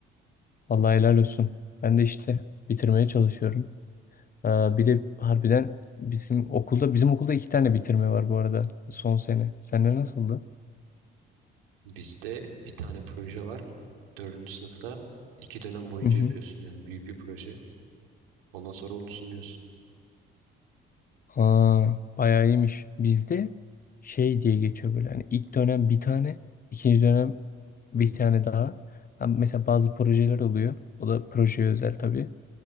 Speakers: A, on the left (about 30°); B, on the right (about 75°).
A: Vallahi helal olsun. Ben de işte bitirmeye çalışıyorum. Ee, bir de harbiden bizim okulda bizim okulda iki tane bitirme var bu arada son sene. Sende nasıldı?
B: Bizde bir tane proje var. Dördüncü sınıfta iki dönem boyunca
A: Hı hı.
B: yapıyorsun yani büyük bir proje. Ondan sonra onu sunuyorsun.
A: Aa, bayağı iyiymiş. Bizde şey diye geçiyor böyle. Hani ilk dönem bir tane, ikinci dönem bir tane daha. Ha, mesela bazı projeler oluyor. O da projeye özel tabii.